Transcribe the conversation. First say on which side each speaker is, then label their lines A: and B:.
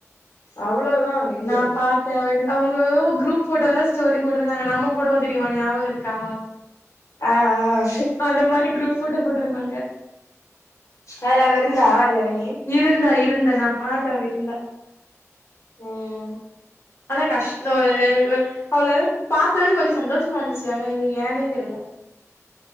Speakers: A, on the left (about 75°); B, on the left (about 50°).
A: அவ்ளோதா விடு
B: நா பாத் த்தே அவங்க எதோ குரூப் போட்டாலா ஸ்டோரி போட்ருக்காங்க நம்ம போடுவே தெரியுமா நியாபக இருக்கா
A: ஆ ஆ
B: அது மாரி குரூப் போட்டே போட்ருந்தாங்க
A: அதுல அவவிருந்தா ஜனணி
B: இருந்தா இருந்தா நா பாத்தே அவ இருந்தா
A: ம்
B: ஆனா கஷ்டொ ஒரே அவள பாத்தோனே கொஞ்சோ சந்தோஷமா இருந்துச்சி ஆனா இது ஏன்னே தெரில